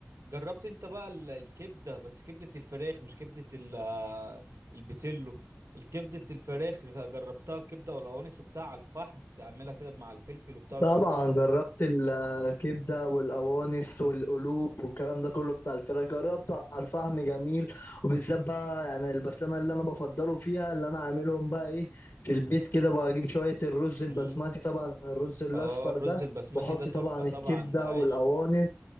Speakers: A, on the right; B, on the left.
A: جربت انت بقى ال- الكبدة بس كبدة الفراخ مش كبدة ال- آه، البتلو الكبدة الفراخ جربتها كبدة والقوانص وبتاع على الفحم تعملها كده مع الفلفل وبتاع وتحطهم
B: طبعا جربت
A: على-
B: الكبدة والقوانص والقلوب والكلام ده كله بتاع الفراخ جربته على الفحم جميل وبالذات بقى يعني بس انا اللي انا بفضله فيها اللي انا عاملهم بقى ايه في البيت كده بجيب شوية الرز
A: مم.
B: البسمتي طبعا الرز الاصفر
A: اه الرز
B: ده
A: البسمتي
B: واحط
A: ده تحفة
B: طبعا
A: طبعا
B: الكبدة
A: ده
B: والقوانص
A: عشق